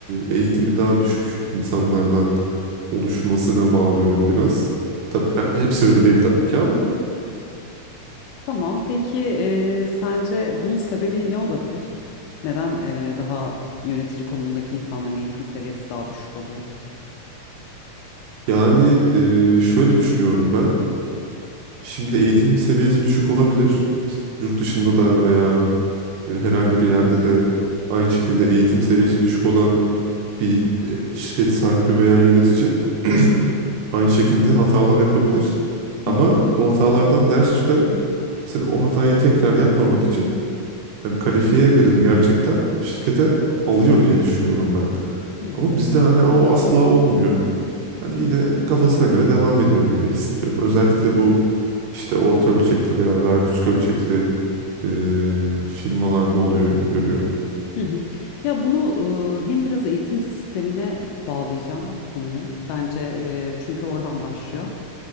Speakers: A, on the right (about 75°); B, on the left (about 80°).
A: e, eğitimi daha düşük insanlardan oluşmasına bağlıyorum biraz. Tabii he- hepsi öyle değil tabii ki ama
B: Tamam. Peki eee, sence bunun sebebi ne olabilir? Neden eee, daha yönetici konumundaki insanların eğitim seviyesi daha düşük oluyor?
A: yani e, şöyle düşünüyorum ben. Şimdi eğitim seviyesi düşük olabilir. Yurt dışında da veya e, herhangi bir yerde de aynı şekilde eğitim seviyesi düşük olan bir e, şirket sahibi veya yönetici <clears throat> aynı şekilde hatalar yapabilir.
B: Hı
A: Ama
B: hı.
A: bu hatalardan ders çıkarıp mesela o hatayı tekrar yapmamak için hani kalifiye birini gerçekten şirkete alıyor diye düşünüyorum ben.
B: Hı hı.
A: Ama bizde hani o asla olmuyor. Hani yine kafasına göre devam ediyor gibi hissediyorum. Özellikle bu işte orta ölçekli veya daha küçük ölçekli e, firmalarda oluyor gibi görüyorum.
B: Hı hı. Ya bunu e, hem biraz eğitim sistemine bağlayacağım bu konuyu. Bence e, çünkü oradan başlıyor.